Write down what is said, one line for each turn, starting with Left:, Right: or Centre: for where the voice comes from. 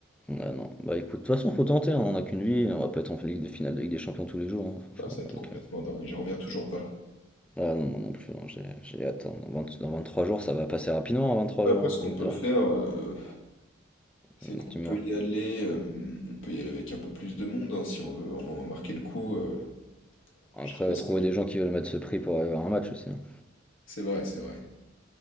Centre: Bah non. Bah écoute, de toute façon, faut tenter, hein, on n'a qu'une vie, on va pas être en Ligue de finale de Ligue des Champions tous les jours, hein, franchement.
Left: Ah, ça va être
Centre: Donc,
Left: complètement
Centre: euh,
Left: dingue, j'y reviens toujours pas.
Centre: Ah non, moi non plus, hein, j'ai j'ai hâte. hein. Dans vingt dans 23 jours, ça va passer rapidement, hein, trois
Left: Après,
Centre: jours,
Left: ce
Centre: hein,
Left: qu'on
Centre: mine
Left: peut
Centre: de rien.
Left: faire, euh, c'est
Centre: Hum,
Left: qu'on
Centre: Tu
Left: peut
Centre: vois.
Left: y aller, euh, on peut y aller avec un peu plus de monde, hein, si on veut vraiment marquer le coup. euh,
Centre: Après,
Left: je sais pas
Centre: euh,
Left: si
Centre: trouver
Left: t'as vu.
Centre: des gens qui veulent mettre ce prix pour aller voir un match aussi. hein.
Left: C'est vrai, c'est vrai.